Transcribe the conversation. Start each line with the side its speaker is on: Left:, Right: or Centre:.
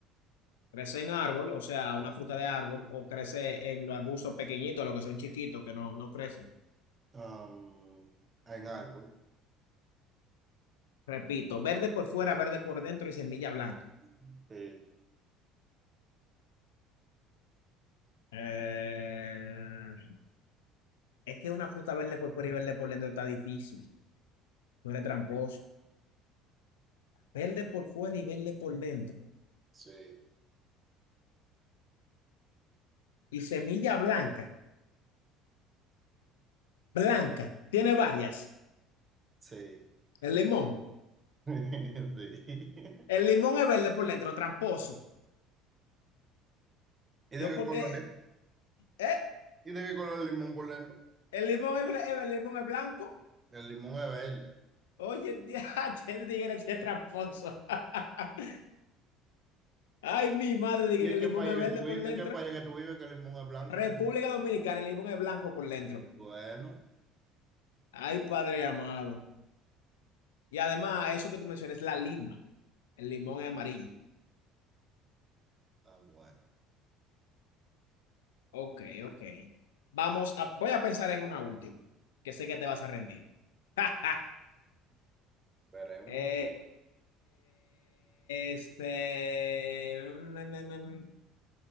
Left: Crece en árbol, o sea, una fruta de árbol, o crece en los arbustos pequeñitos, los que son chiquitos, que no, no crecen.
Right: am, en árbol.
Left: Repito, verde por fuera, verde por dentro y semilla blanca.
Right: Ujú. Sí,
Left: Eh, es que una fruta verde por fuera y verde por dentro está difícil. No eres tramposo. Verde por fuera y verde por dentro.
Right: sí,
Left: Y semilla blanca. Blanca. Tiene varias.
Right: sí.
Left: El limón.
Right: <laughs> Sí.
Left: El limón es verde por dentro, tramposo.
Right: ¿Y de
Left: Yo porque...
Right: qué color es?
Left: ¿Eh?
Right: ¿Y de qué color el limón por dentro?
Left: El limón es, bla- el limón es blanco.
Right: El limón es verde.
Left: Oye, <laughs> ya, che, tigre, che, tramposo. <laughs> Ay, mi madre, dije
Right: ¿Y en
Left: que el
Right: qué
Left: limón
Right: país
Left: es verde
Right: que tú
Left: por
Right: vives?
Left: dentro.
Right: ¿En qué país que tú vives que el limón es blanco?
Left: República
Right: por dentro?
Left: Dominicana, el limón es blanco por dentro.
Right: Bueno,
Left: Ay, padre amado. Y además, eso que tú mencionas, la lima. El limón es amarillo.
Right: ah, bueno.
Left: Ok, ok. Vamos a, voy a pensar en una última, que sé que te vas a rendir. <laughs>
Right: Veremos.
Left: Eh, este, mm, mm, mm, mm.